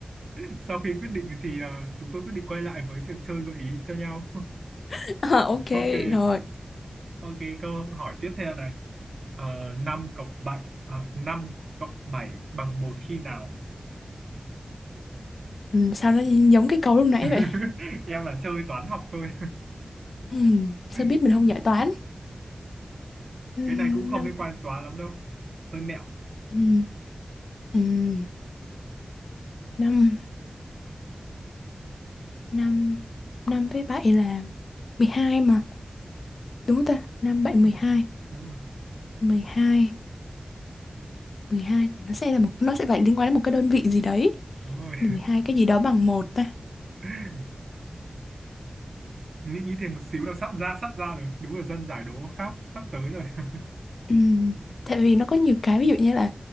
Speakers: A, on the right; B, on the left.
A: <laughs> Sau khi quyết định thì ờ, chúng tôi quyết định quay lại với việc chơi gợi ý cho nhau. <laughs>
B: <laughs> à, ok
A: Ok.
B: rồi
A: Ok, câu hỏi tiếp theo này. Ờ, 5 cộng 7 à, 5 cộng 7 bằng một khi nào?
B: ừ, sao nó giống cái câu lúc nãy
A: <laughs>
B: vậy
A: Em là chơi toán học thôi.
B: ừ, sao
A: <laughs>
B: biết mình không giải toán ừ,
A: Cái này cũng không
B: năm
A: liên quan đến toán lắm đâu. Hơi mẹo.
B: ừ, ừ, năm năm năm với bảy là 12 mà đúng không ta năm bảy mười
A: Ừ,
B: hai
A: Đúng rồi,
B: mười hai 12 thì nó sẽ là một nó sẽ phải liên quan đến một cái đơn vị gì đấy
A: đúng rồi.
B: mười hai cái gì đó bằng một ta
A: <laughs> Nghĩ nghĩ thêm một xíu là sắp ra, sắp ra rồi. Đúng rồi, dân giải đố khác sắp tới rồi. <laughs>
B: Ừm, tại vì nó có nhiều cái ví dụ như là